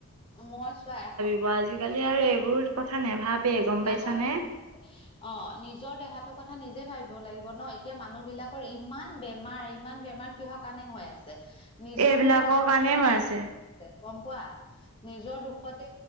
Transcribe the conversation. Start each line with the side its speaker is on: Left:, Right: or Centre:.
Left: মই চোৱা এস
Right: ব আজিকালি আৰু এইবোৰ কথা নেভাবে গম
Left: নাভাবে
Right: পাইছানে।
Left: <inaudible> অ' নিজৰ দেহাটোৰ কথা নিজে ভাবিব লাগিব ন' এতিয়া মানুহ বিলাকৰ ইমান বেমাৰ, ইমান বেমাৰ কিহৰ কাৰণে হৈ আছে, নিজৰ
Right: এইবিলাকৰ
Left: দুখতে <inaudible>
Right: কাৰণেই হৈ আছে।
Left: তে গম পোৱা নিজৰ দুখতে,